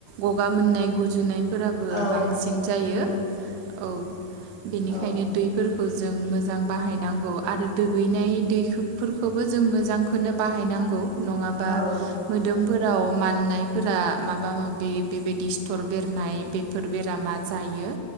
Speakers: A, on the right; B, on the right.
A: ग'गा मोननाय गुजुनायफोराबो
B: औ
A: बांसिन जायो।
B: नंगौ
A: औ। बेनिखायनो
B: औ
A: दै फोरखौ जों मोजां बाहायनांगौ आरो दुगैनाय दैखोफोरखौबो जों मोजां। खोनो बाहायनांगौ नङाबा।
B: औ
A: मोदोमफोराव माननायफोरा माबा माबि बेयो बेबायदि सिथर बेरनाय बे फोर बेरामा जायो।